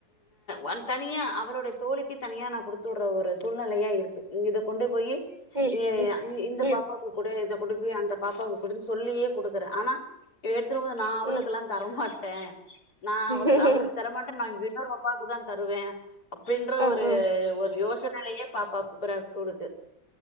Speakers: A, on the left; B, on the right.
A: ம் தனியா அவளுடைய தோழிக்கு தனியா நா குடுத்துடுற ஒரு சூழ்நிலையா இருக்கு இத கொண்டு போயி
B: ம்
A: இ இந்த
B: ம்
A: பாப்பாக்கு குடு இது கொண்டு போய் அந்த பாப்பாக்கு குடுனு சொல்லியே குடுக்குற ஆனா ந்து நா அவளுக்குலா
B: ம்
A: தரமாட் ட நா
B: ம்
A: அவ அவளுக்கு தரமாட்ட நா இன்னோரு பாப்பாக்குதா தருவே அப்பின்ற
B: ஆ
A: ஒரு
B: ஆ
A: ஒரு யோச னைலயே பாப்பா போறா ஸ்கூலுக்கு